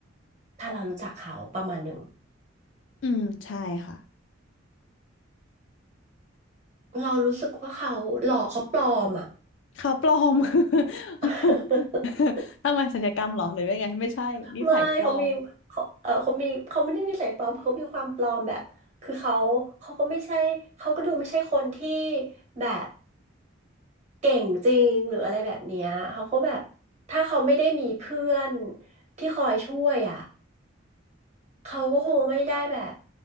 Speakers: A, on the right (about 35°); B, on the left (about 65°).
A: ถ้าเรารู้จักเขาประมาณหนึ่ง
B: อืม ใช่ค่ะ
A: เรารู้สึกว่าเขาหล่อเขาปลอมอ่ะ
B: เขาปลอม <laughs>
A: <laughs>
B: ทำไมสัญญกรรมเหรอ หรือว่าไงไม่ใช่นิสัยปลอม
A: ไม่เขามีเขาเออเขามีเขาไม่ได้นิสัยปลอมเขามีความปลอมแบบคือเขาเขาก็ไม่ใช่เขาก็ดูไม่ใช่คนที่แบบเก่งจริงหรืออะไรแบบเนี้ยเขาก็แบบถ้าเขาไม่ได้มีเพื่อนที่คอยช่วยอ่ะเขาก็คงไม่ได้แบบ